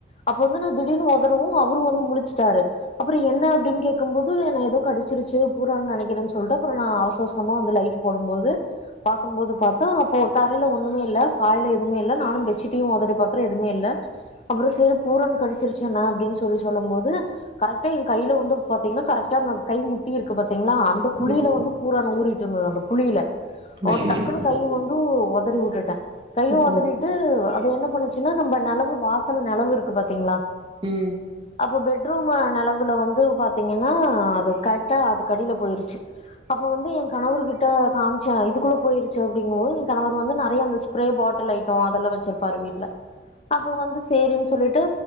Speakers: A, on the left; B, on the right.
A: அப்ப வந்து நான் திடீர்னு ஓதறவும் அவரும் வந்து முழிச்சிட்டாரு அப்புறம் என்ன அப்டின்னு கேக்கும் போது என ஏதோ கடிச்சிருச்சு பூரான்னு நினைக்கிற சொல்லிட்டு அப்புறம் நான் அவசர அவசரமா வந்து லைட் போடும்போது பாக்கும்போது பாத்தா அப்போ தரையல ஒண்னு மே இல்ல பாயல எதுவுமே இல்ல நானும் பெற்சிட் உதரி பாக்குறே எதுமே இல்ல அப்புறம் சரி பூரான் கடிச்சிருச்சு நா அப்டி சொல்லி சொல்லும் போது கரெக்டா என் கையில வந்து பாத்திங்னா கரெக்ட்டா <unintelligible> கை முட்டி இருக்கு பாத்திங்ளா அந்த குழியில
B: ம்
A: வந்து பூரா ஊறிட்டு இருந்தது அந்த குழி இல்ல ஒரு
B: ஐயையோ
A: டக்குன்னு கையு வந்து ஒதறி உ ட்டுட்டே கையும்
B: ம்
A: உதறிட்டு என்ன பண்ணுச்சுன்னா நம்ம நெலவு வாசல் நேலவு இருக்கு பாத்தீங்களா
B: ம்
A: அப்ப பெட் <unintelligible> நெலவுல வந்து பாத் பாத்திங்கன்னா அது கரெக்டா அது க டியில போயிருச்சு அப்ப வந்து என் கணவர் கிட்ட காம்சே இதுக்குள்ள போயிருச்சு அப்படிங்கும்போது என் கணவர் வந்து நரய அந்த ஸ்பிரே பாட்டில ஐட்டம் அதல்லாம் வச்சிருப்பாரு வீட்ல அப்போ வந்து செரி சொல்லுட்டு